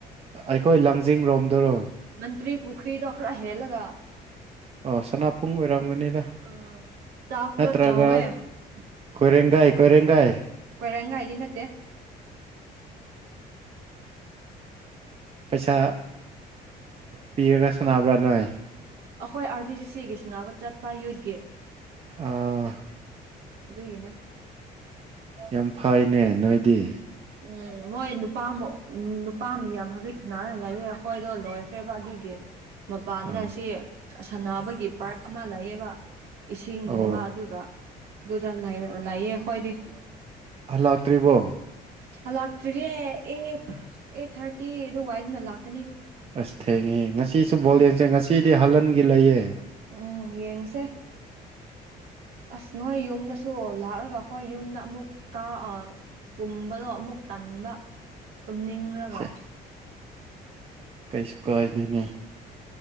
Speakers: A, on the right; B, on the right.
A: ꯑꯩꯈꯣꯏ ꯂꯥꯡꯖꯤꯡꯔꯣꯝꯗꯨꯔꯣ
B: ꯃꯟꯇ꯭ꯔꯤ ꯄꯨꯈꯔꯤꯗ ꯑꯈꯔ ꯍꯦꯜꯂꯒ
A: ꯑꯣ ꯁꯅꯥꯄꯨꯡ ꯑꯣꯏꯔꯝꯒꯅꯤꯗ
B: ꯎꯝ ꯇꯥꯐꯗꯣ
A: ꯅꯠꯇ꯭ꯔꯒ
B: ꯆꯥꯎꯋꯦ
A: ꯀꯣꯏꯔꯦꯡꯒꯩ ꯀꯣꯏꯔꯦꯡꯒꯩ
B: ꯀꯣꯏꯔꯦꯉꯩꯗ ꯅꯠꯇꯦ
A: ꯄꯩꯁꯥ ꯄꯤꯔꯒ ꯁꯥꯟꯅꯕ꯭ꯔꯥ ꯅꯣꯏ
B: ꯑꯩꯈꯣꯏ ꯑꯥꯔ ꯕꯤ ꯁꯤ ꯁꯤꯒꯤ ꯁꯤꯅꯕ ꯆꯠꯄ ꯌꯨꯠꯀꯤ
A: <unintelligible>
B: ꯑꯗꯨꯒꯤꯅꯦ
A: ꯌꯥꯝ ꯐꯩꯅꯦ ꯅꯣꯏꯗꯤ
B: ꯎꯝ ꯃꯣꯏ ꯅꯨꯄꯥ ꯑꯃ ꯅꯨꯄꯥ ꯃꯤ ꯌꯥꯝ ꯍꯧꯖꯤꯛ ꯁꯅꯥꯔ ꯂꯩꯌꯦ ꯑꯩꯈꯣꯏꯗꯣ ꯂꯣꯏ ꯈ꯭ꯔꯦꯕ ꯑꯗꯨꯒꯤ ꯃꯄꯥꯟꯗ
A: ꯑꯥ
B: ꯁꯤ ꯁꯥꯟꯅꯕꯒꯤ ꯄꯥꯔꯛ ꯑꯃ ꯂꯩꯌꯦꯕ ꯏꯁꯤꯡꯒꯨꯝꯕ
A: ꯑꯣ
B: ꯑꯗꯨꯒ ꯑꯗꯨꯗ ꯂꯩꯔꯒ ꯂꯩꯌꯦ ꯍꯣꯏꯗꯤ
A: ꯍꯜꯂꯥꯛꯇ꯭ꯔꯤꯕꯣ
B: ꯍꯜꯂꯥꯛꯇ꯭ꯔꯤꯒꯦ ꯑꯩꯠ ꯑꯦꯠ ꯊꯥꯔꯇꯤ ꯑꯗꯨ ꯋꯥꯏꯗꯨꯅ ꯂꯥꯛꯀꯅꯤ
A: ꯑꯁ ꯊꯦꯡꯉꯦ ꯉꯁꯤꯁꯨ ꯕꯣꯜ ꯌꯦꯡꯁꯦ ꯉꯁꯤꯗꯤ ꯍꯥꯂꯟꯒꯤ ꯂꯩꯌꯦ
B: ꯎꯝ ꯌꯦꯡꯁꯦ ꯑꯁ ꯅꯣꯏ ꯌꯨꯝꯗꯁꯨ ꯂꯥꯛꯑꯒ ꯍꯣꯏ ꯌꯨꯝꯗ ꯑꯃꯨꯛ ꯀ ꯀꯨꯝꯕꯗꯣ ꯑꯃꯨꯛ ꯇꯟꯕ ꯇꯨꯝꯅꯤꯡꯔꯒ
A: ꯁꯦ ꯀꯩꯁꯨ ꯀꯥꯏꯗꯦꯅꯥ